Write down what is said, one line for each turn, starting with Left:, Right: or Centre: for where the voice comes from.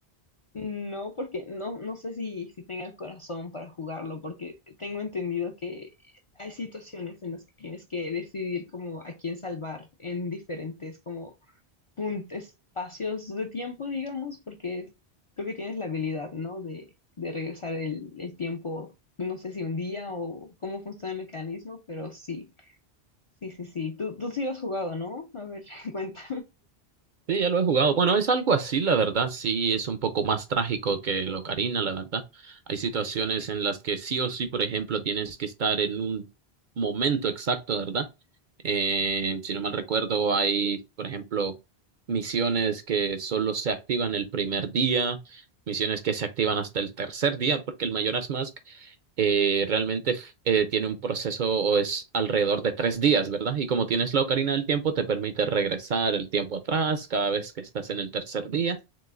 Left: No, porque no, no sé si, si tenga el corazón para jugarlo, porque tengo entendido que hay situaciones en las que tienes que decidir como a quién salvar en diferentes como pun- espacios de tiempo, digamos, porque creo que tienes la habilidad, ¿no? De, de regresar el, el tiempo, no sé si un día o cómo funciona el mecanismo, pero sí, sí, sí, sí. Tú, tú sí lo has jugado, ¿no? A ver, <laughs> cuenta.
Right: Sí, ya lo he jugado. Bueno, es algo así, la verdad. Sí, es un poco más trágico que el Ocarina, la verdad. Hay situaciones en las que sí o sí, por ejemplo, tienes que estar en un momento exacto, ¿verdad? Eh, si no mal recuerdo, hay, por ejemplo, misiones que solo se activan el primer día, misiones que se activan hasta el tercer día, porque el Mayoras Mask eh, realmente eh, tiene un proceso o es alrededor de tres días, ¿verdad? Y como tienes la ocarina del tiempo, te permite regresar el tiempo atrás cada vez que estás en el tercer día.